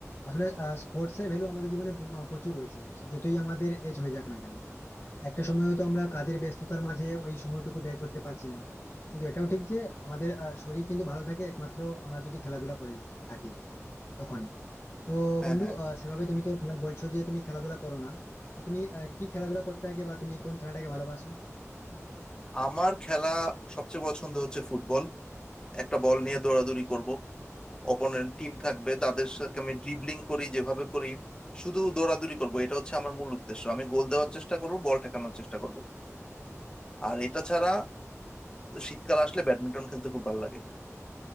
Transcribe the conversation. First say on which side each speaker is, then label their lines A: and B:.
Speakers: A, on the left; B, on the left.
A: আসলে স্পোর্টস এর ভ্যালু আমাদের জীবনে ব- আহ, প্রচুর রয়েছে সে যতই আমাদের এজ হয়ে যাক না কেন একটা সময় হয়তো আমরা কাজের ব্যস্ততার মাঝে ওই সময়টুকু বের করতে পারছি না কিন্তু এটাও ঠিক যে আমাদের আহ, শরীর কিন্তু ভালো থাকে একমাত্র আমরা যদি খেলাধুলা করে থাকি তখনই তো
B: হ্যাঁ
A: বন্ধু
B: হ্যাঁ
A: আহ, সেভাবে তুমি তো খেলা- বলছো যে তুমি খেলাধুলা করো না তো তুমি আহ, কি খেলাধুলা করতে আগে বা তুমি কোন খেলাটাকে ভালোবাসো
B: আমার খেলা সবচেয়ে পছন্দ হচ্ছে ফুটবল একটা বল নিয়ে দৌড়াদৌড়ি করব অপোনেন্ট টিম থাকবে তাদের সাথে আমি ড্রিবলিং করি যেভাবে করি শুধু দৌড়াদৌড়ি করবো এটা হচ্ছে আমার মূল উদ্দেশ্য আমি গোল দেওয়ার চেষ্টা করবো বল ঠেকানোর চেষ্টা করবো আর এটা ছাড়া শীতকাল আসলে ব্যাডমিন্টন খেলতে খুব ভালো লাগে